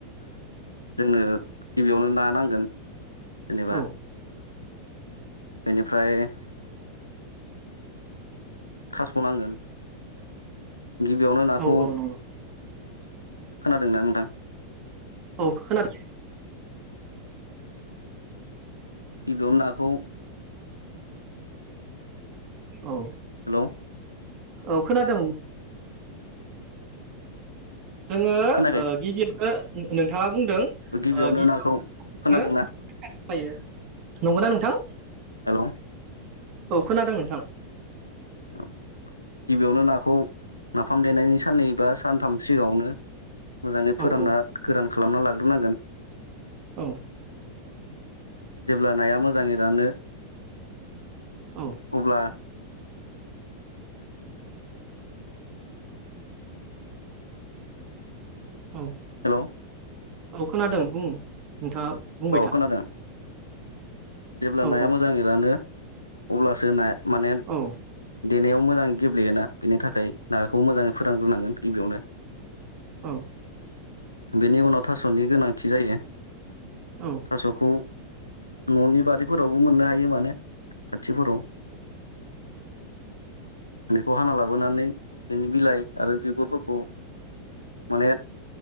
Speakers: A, on the left; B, on the right.
A: जोंनो गिबियावनो ना नांगोन जेनेबा
B: औ
A: बेनिफ्राय। थास'नांगोन गिबियावनो नाखौ
B: औ औ नंगौ
A: खोनादों न नोंथां।
B: औ खोनादों।
A: गिबियावनो नाखौ
B: औ।
A: हेल'।
B: औ खोनादों। जोङो
A: खोनायाखै
B: गिबियावनो नोंथाङा बुंदों
A: गिबियावनो
B: गिबियावनो
A: नाखौ खोनादोंना
B: खायो नंगौना नोंथां।
A: हेल'
B: औ खोनादों नोंथां
A: औ गिबियावनो नाखौ नाफाम देनायनि साननै बा सानथाम सिगाङावनो मोजाङै
B: औ
A: फोरानना
B: औ
A: गोरान खालामना लाग्रोनांगोन
B: औ
A: जेब्ला नाया मोजाङै रानो
B: औ
A: अब्ला
B: औ
A: हेल'
B: औ खोनादों बुं नोंथाङा बुंबाय
A: औ
B: था
A: खोनादों जेब्ला
B: औ
A: नाया मोजाङै रानो अब्लासो नाया माने
B: औ
A: देनायाव मोजां गेब्लेयोना बेनि थाखाय नागाखौ मोजाङै फोरोंग्रोनांगोन गिबियावनो
B: औ
A: बेनि उनाव थास'नि गोनांथि जायो
B: औ
A: थास'खौ न'नि बारिफोरावबो मोननो हायो माने खाथिफोराव बेखौ हाना लाबोनानै बिनि बिलाइ आरो बिगुरफोरखौ माने